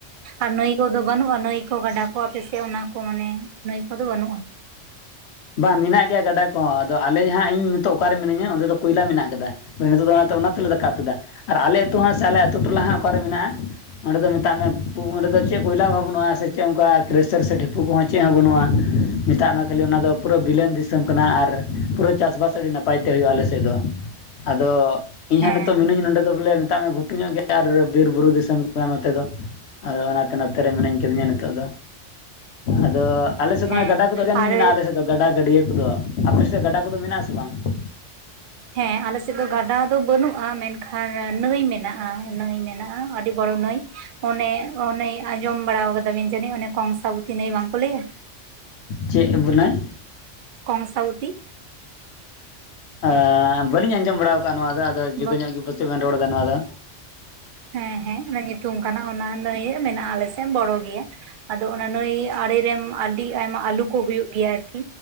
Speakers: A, on the right; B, on the left.
A: ᱟᱨ ᱱᱟᱹᱭ ᱠᱚᱫᱚ ᱵᱟᱹᱱᱩᱜᱼᱟ ᱱᱟᱹᱭ ᱠᱚ ᱜᱟᱰᱟ ᱠᱚ ᱟᱯᱮᱥᱮᱫ ᱚᱱᱟ ᱠᱚ ᱢᱟᱱᱮ ᱱᱟᱹᱭ ᱠᱚᱫᱚ ᱵᱟᱹᱱᱩᱜᱼᱟ
B: ᱵᱟᱝ ᱢᱮᱱᱟᱜ ᱜᱮᱭᱟ ᱜᱟᱰᱟ ᱠᱚᱦᱚᱸ ᱟᱫᱚ ᱟᱞᱮ ᱡᱟᱦᱟᱸᱟᱸᱜ ᱤᱧ ᱱᱤᱛᱚᱜ ᱚᱠᱟᱨᱮ ᱢᱤᱱᱟᱹᱧᱟ ᱚᱚᱱᱰᱮ ᱫᱚ ᱠᱚᱭᱞᱟ ᱢᱮᱱᱟᱜ ᱟᱠᱟᱫᱟ᱾ ᱱᱤᱛᱚᱜ ᱫᱚ ᱚᱱᱟᱛᱮ ᱚᱱᱟ ᱛᱮᱞᱮ ᱫᱟᱠᱟᱵ ᱩᱛᱩᱟ ᱟᱨ ᱟᱞᱮ ᱟᱹᱛᱩ ᱦᱚᱸ ᱥᱮ ᱟᱞᱮ ᱟ ᱟᱹᱛᱩ ᱴᱚᱞᱟ ᱦ ᱚᱠᱟᱨᱮ ᱢᱮᱱᱟᱜᱼᱟ ᱚᱸᱰᱮ ᱫᱚ ᱢᱮᱛᱟᱜ ᱢᱮ ᱚᱸᱰᱮ ᱫᱚ ᱪᱮᱫ ᱠᱚᱭᱞᱟ ᱵ ᱵᱟᱹᱱᱩᱜᱼᱟ ᱥᱮ ᱪᱮᱫ ᱚᱱᱠᱟ ᱠᱨᱮᱥᱟᱨ ᱥᱮ ᱰᱷᱤᱯᱩ ᱠᱚᱦᱚᱸ ᱪᱮᱫ ᱦᱚᱸ ᱵᱟᱹᱱᱩᱜᱼᱟ ᱢᱮᱛᱟᱜ ᱢᱮ ᱠᱷᱟᱹᱞᱤ ᱚᱱᱟ ᱫᱚ ᱯᱩᱨᱟᱹ ᱵᱤᱞᱚᱱ ᱫᱤᱥᱚᱢ ᱠᱟᱱᱟ ᱟᱨ ᱯᱩᱨᱟᱹ ᱪᱟᱥᱵᱟᱥ ᱟᱹᱰᱤ ᱱᱟᱯᱟᱭ ᱛᱮ ᱦᱩᱭᱩᱜᱼᱟ ᱟᱞᱮ ᱥᱮᱫ ᱫᱚ᱾ ᱟᱫᱚ ᱤᱧ
A: ᱦᱮᱸ
B: ᱦᱟᱸᱜ ᱱᱤᱛᱚᱜ ᱢᱤᱱᱟᱹᱧ ᱱᱚᱰᱮ ᱫᱚ ᱵᱚᱞᱮ ᱥᱮᱛᱟᱜᱮ ᱜᱷᱩᱴᱩ ᱧᱚᱜ ᱜᱮᱭᱟ ᱟᱨ ᱵᱤᱨᱼ ᱵᱩᱨᱩ ᱫᱤᱥᱚᱢ ᱠᱟᱱᱟ ᱱᱚᱛᱮ ᱫᱚ ᱟᱫᱚ ᱚᱱᱟᱛᱮ ᱱᱚᱛᱮᱨᱮ ᱢᱤᱱᱟᱹᱧ ᱠᱟᱹᱫᱤᱧᱟ ᱱᱤᱛᱳᱜ ᱫᱚ ᱟᱫᱚ ᱟᱞᱮᱥᱮᱫ
A: ᱦᱮᱸ
B: ᱫᱚ ᱜᱟᱰᱟ ᱠᱚᱫᱚ ᱜᱟᱱ
A: ᱟᱨ
B: ᱜᱮ ᱢᱮᱱᱟᱜᱼᱟ ᱟᱞᱮᱹᱮᱥᱮᱫ ᱫᱚ ᱜᱟᱰᱟ ᱜᱟᱹᱰᱭᱟᱹᱠᱚᱫᱚ ᱟᱯᱮᱥᱮᱫ ᱜᱟᱰᱟ ᱠᱚᱫᱚ ᱢᱮᱱᱟᱜᱼᱟᱥᱮ ᱵᱟᱝ ᱟ?
A: ᱦᱮᱸ ᱟᱞᱮᱥᱮᱫ ᱫᱚ ᱜᱟᱰᱟ ᱫᱚ ᱵᱟᱹᱱᱩᱜᱼᱟ ᱢᱮᱱᱠᱷᱟᱱ ᱱᱟᱹᱭ ᱢᱮᱱᱟᱜᱼᱟ ᱱᱟᱹᱭ ᱢᱮᱱᱟᱜᱼᱟ ᱟᱹᱰᱤ ᱵᱚᱲᱚ ᱱᱟᱹᱭ ᱚᱱᱮ ᱚᱱᱮ ᱟᱸᱡᱚᱢ ᱵᱟᱲᱟ ᱠᱟᱫᱟ ᱵᱤᱱ ᱡᱟᱹᱱᱤᱡ ᱚᱱᱮ ᱠᱚᱝᱥᱟᱵᱩᱚᱛᱤ ᱱᱟᱹᱭ ᱵᱟᱝᱠᱚ ᱞᱟᱹᱭᱟ?
B: ᱪᱮᱫ ᱵᱚᱱᱟᱭ?
A: ᱠᱚᱝᱥᱚᱵᱚᱛᱤ᱾
B: ᱟᱹᱻ ᱵᱟᱹᱞᱤᱧ ᱟᱸᱡᱚᱢ ᱵᱟᱲᱟ ᱠᱟᱜᱼᱟ ᱱᱚᱣᱟ ᱫᱚ ᱟᱫᱚ ᱡᱩᱫᱟᱹ
A: ᱵᱟᱝ?
B: ᱧᱚᱜ ᱜᱮ ᱯᱟᱥᱮᱫ ᱵᱮᱱ ᱨᱚᱲᱫᱟ ᱱᱚᱣᱟ ᱫᱚ᱾
A: ᱦᱮᱸ ᱦᱮᱸ ᱚᱱᱟ ᱧᱩᱛᱩᱢ ᱠᱟᱱᱟ ᱚᱱᱟ ᱱᱟᱹᱭ ᱢᱮᱱᱟᱜᱼᱟ ᱟᱞᱮᱥᱮᱫ ᱵᱚᱲᱚ ᱜᱮᱭᱟ᱾ ᱟᱫᱚ ᱚᱱᱟ ᱱᱟᱹᱭ ᱟᱲᱮᱨᱮᱢ ᱟᱹᱰᱤ ᱟᱭᱢᱟ ᱟᱞᱩ ᱠᱚ ᱦᱩᱭᱩᱜ ᱜᱮᱭᱟ ᱟᱨᱠᱤ